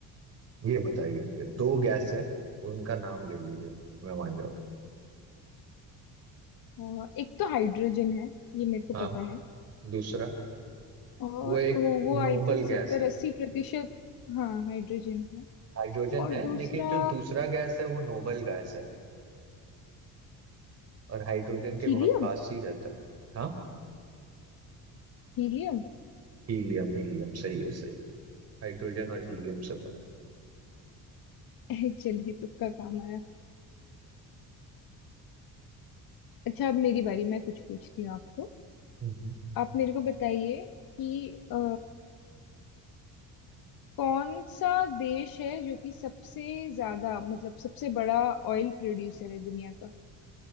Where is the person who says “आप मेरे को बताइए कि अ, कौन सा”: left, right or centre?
Left